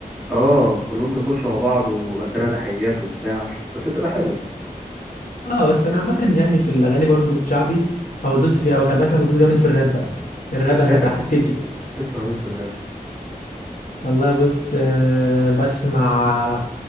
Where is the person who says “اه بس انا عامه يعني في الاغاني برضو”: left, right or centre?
Left